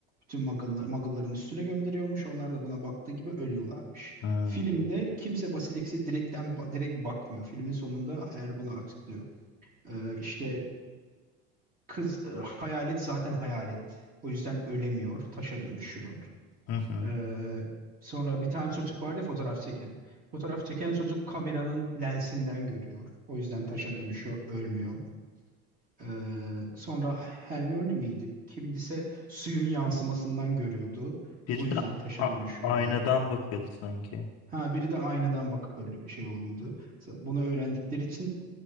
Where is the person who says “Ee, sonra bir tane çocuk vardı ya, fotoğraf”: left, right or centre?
Right